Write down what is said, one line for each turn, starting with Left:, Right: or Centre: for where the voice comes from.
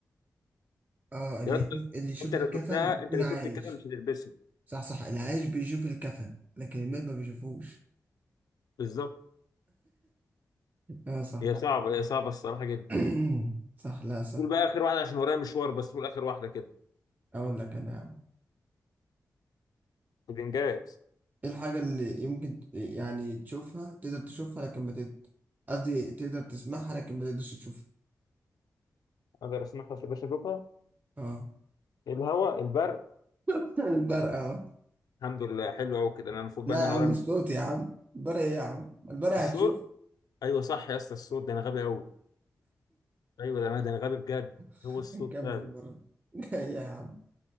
Right: اه اللي
Left: يا اسطى
Right: يشوف اللي يشوف
Left: انت
Right: الكفن
Left: لو شفتها
Right: بيكون
Left: انت لو
Right: عايش
Left: شفت الكفن مش هتلبسه
Right: صح صح العايش بيشوف الكفن لكن الميت ما بيشوفوش
Left: بالظبط
Right: اه صح
Left: هي صعبه هي صعبه الصراحه جدا
Right: <clears throat> صح لا صح
Left: قول بقى اخر واحده عشان ورايا مشوار بس قول اخر واحده كده
Right: اقول لك انا يا عم.
Left: بالانجاز
Right: ايه الحاجة اللي يمكن ت- يعني تشوفها تقدر تشوفها لكن ما تقدر قصدي تقدر تسمعها لكن ما تقدرش تشوفها
Left: اقدر اسمعها بس باش اشوفها
Right: اه
Left: الهواء البرق
Right: <laughs> البرق اه
Left: الحمد لله حلو قوي كده انا المفروض
Right: لا
Left: بقى ان
Right: يا
Left: انا
Right: عم
Left: ورايا
Right: الصوت
Left: مش-
Right: يا عم البرق ايه يا عم البرق هتشوف
Left: الصوت ايوه صح يا اسطى الصوت ده انا غبي قوي ايوه ده انا ده انا غبي بجد
Right: <laughs>
Left: هو الصوت
Right: نكمل
Left: فعلا
Right: المرة الجاية <laughs> يا عم